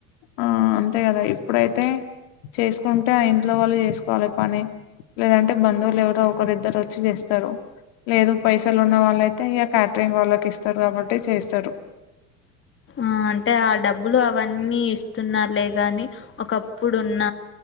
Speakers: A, on the left (about 55°); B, on the left (about 25°).
A: ఆ అంతే కదా ఇప్పుడైతే చేసుకుంటే ఆ ఇంట్లో వాళ్ళు చేసుకోవాలి పని లేదంటే బంధువులు ఎవరో ఒకరిద్దరు వచ్చి చేస్తారు లేదు పైసలు ఉన్న వాళ్ళు అయితే ఇక క్యాటరింగ్ వాళ్ళకి ఇస్తారు కాబట్టి చేస్తారు
B: ఆ అంటే ఆ డబ్బులు అవన్న అన్ని ఇస్తున్నారులే కానీ ఒకప్పుడు ఉన్న